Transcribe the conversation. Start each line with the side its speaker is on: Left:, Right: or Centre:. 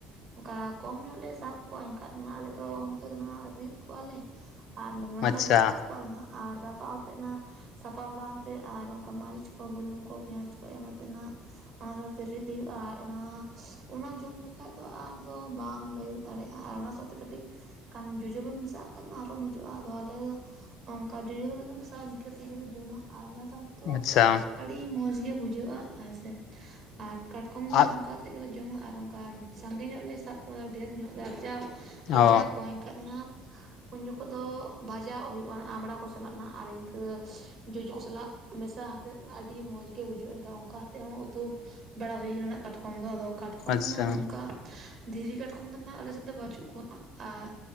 Right: ᱱᱚᱠᱟ ᱠᱚᱢ ᱧᱚᱜᱞᱮ ᱥᱟᱵᱠᱚᱣᱟ <unintelligible> ᱟᱞᱮᱫᱚ ᱱᱚᱛᱮ ᱫᱚ ᱦᱟᱸᱜ ᱨᱤᱫ ᱠᱚᱣᱟᱯᱮ <inaudible> ᱟᱨ ᱢᱟᱲᱟᱝ
Left: ᱟᱪᱪᱷᱟ
Right: ᱫᱚᱞᱮ <unintelligible> ᱨᱟᱯᱟᱜ ᱠᱚᱣᱟᱞᱮ ᱟᱨ <unintelligible> ᱥᱟᱯᱷᱟ ᱟᱛᱮ ᱱᱟᱜ ᱥᱟᱯᱷᱟ ᱵᱟᱲᱟ ᱠᱟᱛᱮ ᱟᱨ ᱚᱱᱠᱟ ᱢᱟᱹᱨᱤᱪ ᱠᱚ ᱵᱩᱞᱩᱝ ᱠᱚ ᱯᱮᱸᱭᱟᱡᱽ ᱠᱚ ᱮᱢ ᱟᱛᱮ ᱱᱟᱜ ᱚᱱᱟ ᱥᱟᱶᱛᱮ ᱨᱤᱫ ᱦᱩᱭᱩᱜᱼᱟ ᱟᱨ ᱚᱱᱟ ᱚᱱᱟ ᱡᱚᱢ ᱞᱮᱠᱷᱟᱡ ᱫᱚ ᱟᱨᱫᱚ ᱵᱟᱝ ᱞᱟᱹᱭ ᱫᱟᱲᱮᱭᱟᱜᱼᱟ ᱟᱨ ᱚᱱᱟ ᱥᱟᱶᱛᱮ <unintelligible> ᱠᱟᱹᱴᱤᱡ ᱠᱟᱱ ᱡᱚᱡᱚᱵᱤᱱ ᱢᱮᱥᱟᱜ ᱠᱷᱟᱡ ᱢᱟ ᱟᱨᱚ ᱢᱚᱡᱚᱜᱼᱟ ᱟᱫᱚ ᱟᱞᱮ ᱫᱚ ᱚᱱᱠᱟ ᱡᱚᱡᱚ ᱫᱚ ᱵᱟᱞᱮ ᱢᱟᱥᱟ ᱤᱱᱠᱟᱹ ᱛᱮᱜᱮᱞᱮ ᱡᱚᱢᱟ ᱟᱨ ᱚᱱᱟ ᱥᱟᱶᱛᱮ ᱛᱚ
Left: ᱟᱪᱪᱷᱟ
Right: ᱟᱹᱰᱤ ᱢᱚᱡᱽ ᱜᱮ ᱵᱩᱡᱷᱟᱹᱜᱼᱟ ᱦᱮᱸ ᱥᱮ ᱟᱨ ᱠᱟᱴᱠᱚᱢ ᱫᱚᱱᱟᱜ
Left: ᱟᱨ
Right: ᱚᱱᱠᱟ ᱛᱮᱜᱮᱞᱮ ᱡᱚᱢᱟ ᱟᱨ ᱚᱱᱠᱟ ᱥᱟᱸᱜᱮ ᱧᱚᱜ ᱞᱮ ᱥᱟᱵ ᱠᱚᱣᱟ ᱰᱷᱮᱹᱨ ᱧᱚᱜ ᱞᱮ ᱟᱨᱡᱟᱣ ᱟᱨᱡᱟᱣ
Left: ᱚ
Right: ᱠᱚᱣᱟ ᱮᱱᱠᱟᱡ ᱚᱱᱟ <inaudible> ᱩᱱ ᱡᱚᱠᱷᱚᱱ ᱫᱚ ᱵᱷᱟᱡᱟ ᱦᱩᱭᱩᱜᱼᱟ ᱟᱢᱲᱟ ᱠᱚ ᱥᱟᱞᱟᱜ ᱱᱟᱜ ᱟᱨ ᱤᱱᱠᱟᱹ ᱡᱚᱡᱚ ᱠᱚ ᱥᱟᱞᱟᱜ ᱢᱮᱥᱟ ᱟᱛᱮᱫ ᱟᱹᱰᱤ ᱢᱚᱸᱡᱽ ᱜᱮ ᱵᱩᱡᱷᱟᱹᱣᱜᱼᱟ <unintelligible> ᱚᱱᱠᱟ ᱟᱛᱮᱫ ᱦᱚᱸ ᱩᱛᱩ ᱵᱟᱲᱟ ᱦᱩᱭ ᱠᱟᱱᱟ ᱱᱟᱜ ᱠᱟᱴᱠᱚᱢ ᱫᱚ ᱟᱫᱚ ᱠᱟᱴᱠᱚᱢ
Left: ᱟᱪᱪᱷᱟ
Right: ᱫᱚ ᱱᱟᱜ ᱱᱚᱝᱠᱟ ᱫᱷᱤᱨᱤ ᱠᱟᱴᱠᱚᱢ ᱫᱚ ᱱᱟᱜ ᱟᱞᱮᱥᱮᱫ ᱫᱚ ᱵᱟᱹᱪᱩᱜ ᱠᱚᱣᱟ ᱟᱨ